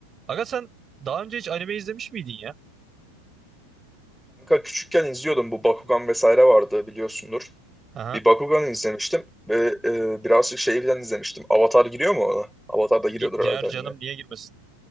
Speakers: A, on the right; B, in the centre.
A: Aga sen daha önce hiç anime izlemiş miydin ya?
B: Kanka küçükken izliyordum bu Bakugan vesaire vardı biliyorsundur.
A: Aha.
B: Bir Bakugan izlemiştim ve e, birazcık şeyden izlemiştim. Avatar giriyor mu ona? Avatar da giriyordur
A: Gi- girer
B: herhalde anime.
A: canım niye girmesin?